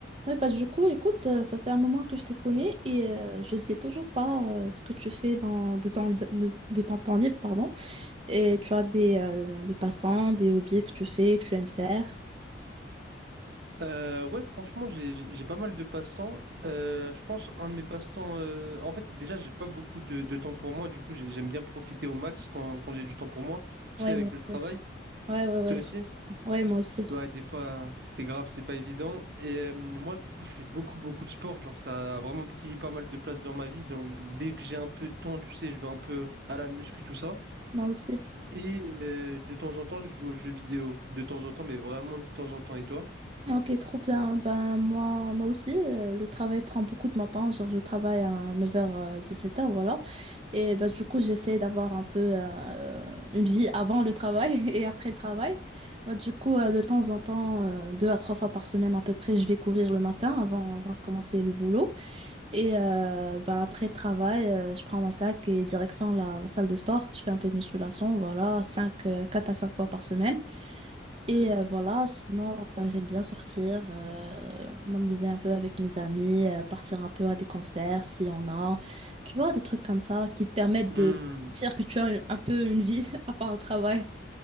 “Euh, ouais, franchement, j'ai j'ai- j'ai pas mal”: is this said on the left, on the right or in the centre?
Right